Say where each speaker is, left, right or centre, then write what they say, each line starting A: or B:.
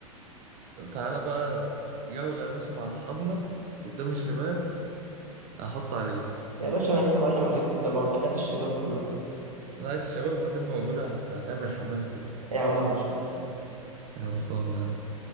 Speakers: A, on the right (about 35°); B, on the right (about 80°).
A: تعالى بقى جولة يا باشا مع أصحابنا قدام الشباب هحط عليك
B: يا باشا أنا لسه معلم عليك وأنت لوحدك هات الشباب كلها
A: لا الشباب ما تبقى موجودة هت- هتعمل حماس كده
B: يا عم هنشوف
A: يلا صون يلا.